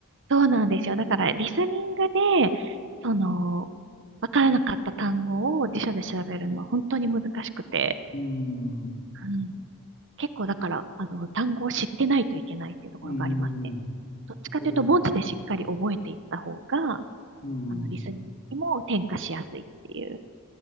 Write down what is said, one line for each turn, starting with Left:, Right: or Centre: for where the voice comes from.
Right: そうなんですよ。だから、リスニングで、その、わからなかった単語を辞書で調べるのは本当に難しくて、
Left: うーん、う
Right: うん、結構だから、あの、単語を知ってないといけないっていうところがありますね。
Left: ーん、
Right: どっちかというと文字でしっかり覚えていった方が、
Left: これは、うーん、
Right: あの、リスニングにも転化しやすいっていう。